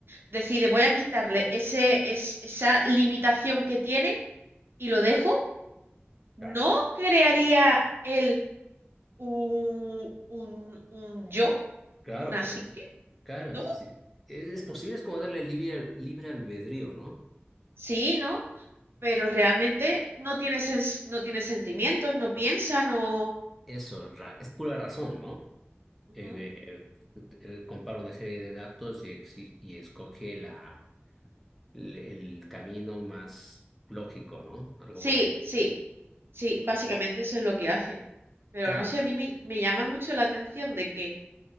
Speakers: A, on the right; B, in the centre.
A: decide voy a quitarle ese, es, esa limitación que tiene y lo dejo, ¿no
B: Claro.
A: crearía él un, un, un yo,
B: Claro,
A: una psique?
B: es- claro,
A: ¿no?
B: sí. Es, es posible, es como darle libre, libre albedrío, ¿no?
A: Sí, ¿no? Pero realmente no tiene sens- no tiene sentimientos, no piensa, no...
B: Eso, ra- es pura razón, ¿no?
A: Ujú.
B: Eh, eh, eh, compara una serie de datos y, exi- y escoge la, el, el camino más lógico, ¿no? Algo
A: Sí,
B: por ahí.
A: sí, sí, básicamente eso es lo que hace. Pero
B: Claro,
A: no sé, a mí me, me llama mucho la atención de que